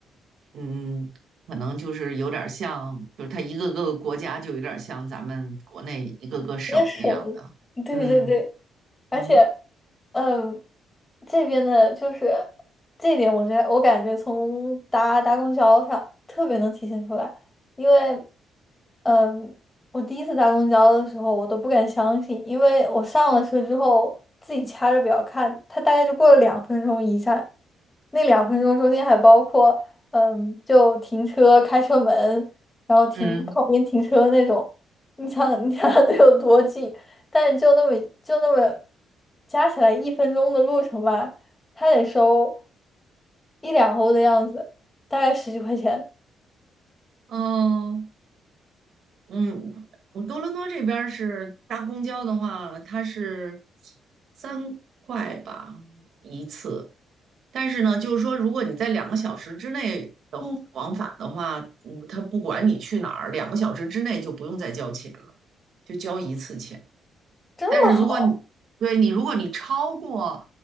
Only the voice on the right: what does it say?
嗯，可能就是有点儿像，就是它一个个国家就有点儿像咱们国内一个个省那样的。
嗯
嗯
嗯，
哦，嗯，我多伦多这边儿是搭公交的话，它是三块吧一次，但是呢，就是说如果你在两个小时之内的往返的话，
嗯，它不管你去哪儿，两个小时之内就不用再交钱了，就交一次钱。
但是如果你对你，如果你超过